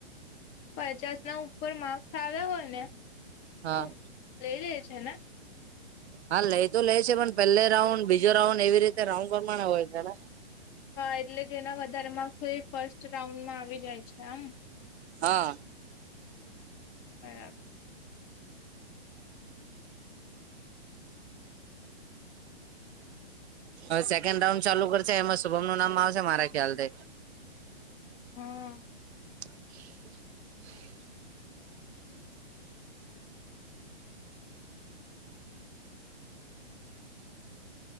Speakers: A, on the left (about 15°); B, on the right (about 85°).
A: પચાસ ના ઉપર માર્ક્સ આવ્યા હોય ને
B: હા
A: તો લઈ લે છે ને
B: હા લઈ તો લે છે પણ પહેલે રાઉન્ડ બીજો રાઉન્ડ એવી રીતે રાઉન્ડ પ્રમાણે હોય છે ને
A: હા એટલે જેના વધારે માર્ક્સ હોય એ ફર્સ્ટ રાઉન્ડમાં આવી જાય છે એમ
B: હા
A: હા યાર
B: હવે સેકન્ડ રાઉન્ડ ચાલુ કરશે એમાં શુભમ નું નામ આવશે મારા ખ્યાલથી
A: હમ.
B: <inaudible>